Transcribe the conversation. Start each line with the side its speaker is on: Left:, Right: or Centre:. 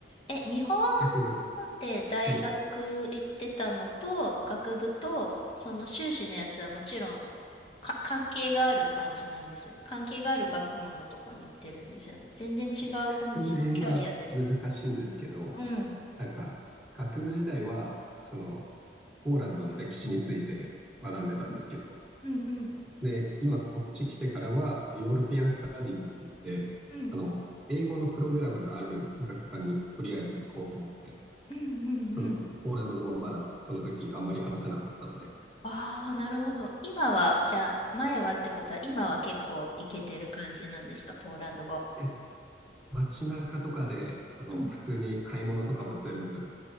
Left: え、日本、
Centre: だけど、
Left: 日本で大学行ってたのと、
Centre: はい、
Left: 学部と、その修士のやつはもちろんか関係がある感じなんですよね。関係がある学問のとこに行ってるんですよね。全然違う感じのキャリアですか
Centre: 説明が難しいんですけど、
Left: うん。
Centre: なんか、学部時代は、その、ポーランドの歴史について学んでたんですけど、
Left: うんうんうん
Centre: で、今こっち来てからは、ヨーロピアン・スタディーズって言って、
Left: うん
Centre: あの、英語のプログラムがある学科にとりあえず行こうと思って、
Left: うんうんうんうんうん
Centre: その、ポーランド語はまだその時あんまり話せなかったので、
Left: ああ、なるほど。今は、じゃあ、前はってことは、今は結構いけてる感じなんですか、ポーランド語。
Centre: え、街中とかで、あの、
Left: うん。
Centre: 普通に買い物とかは全部